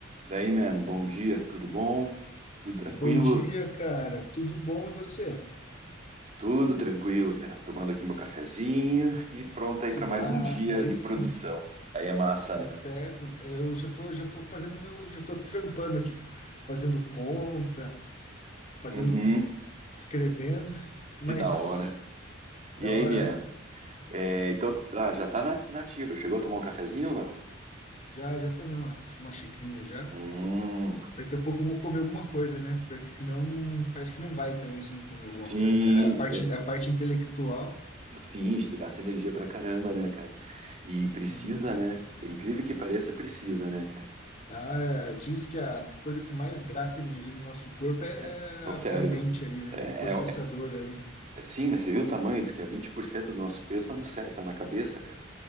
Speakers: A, on the right; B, on the left.
A: Daí, man, bom dia, tudo bom? Tudo tranquilo?
B: Bom dia, cara. Tudo bom e você?
A: Tudo tranquilo, cara. Tomando aqui meu cafezinho e pronto aí
B: Que
A: para
B: mar...
A: mais um dia
B: Aí
A: de
B: sim,
A: produção. Aí é massa,
B: tá
A: né?
B: certo. Eu já tô, já tô fazendo meu, já tô trampando aqui, fazendo conta, fazendo,
A: Uhum,
B: escrevendo, mas
A: que da hora.
B: da
A: E aí,
B: hora,
A: Mia?
B: né?
A: É, então, ah, já tá na, na ativa. Chegou a tomar um cafezinho ou não?
B: Já, já tomei uma, uma xicrinha já.
A: Hum,
B: Daqui a pouco eu vou comer alguma coisa, né? Porque senão não, parece que não vai também se não comer alguma
A: sim,
B: coisa, né? A parte,
A: é,
B: a parte intelectual,
A: sim, a gente gasta energia pra caramba, né, cara? E precisa,
B: sim,
A: né? Por incrível que pareça, precisa, né, cara?
B: Ah, é, diz que a coisa que mais gasta energia no nosso corpo é, é
A: É, é
B: a,
A: o cérebro.
B: é a mente ali, né?
A: É,
B: O processador
A: é,
B: ali, né?
A: é, Sim, mas você viu o tamanho? Diz que é 20% do nosso peso tá, no, cé- tá na cabeça, cara.